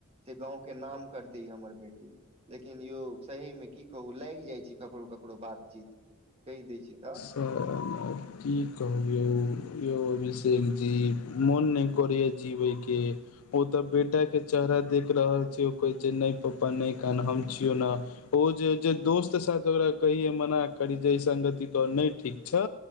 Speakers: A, on the right; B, on the left.
A: से गाँंव के नाम कर तै हमर बेटी, लेकिन यौ सही मे की कहू लाइग जाइ छै ककरो ककरो बातचीत। कैह दै छै त
B: <unintelligible> की कहु यौ- यौ अभिषेक जी मोन नै करैयै जीबयके। ओ तऽ बेटा के चेहरा देख रहल छै ओ कहै छै नइ पप्पा नै कान हम छियौ न ओ जे -जे- दोस्त साथ ओकरा कहिये मना करी जे संगति तोहर नहि ठीक छौ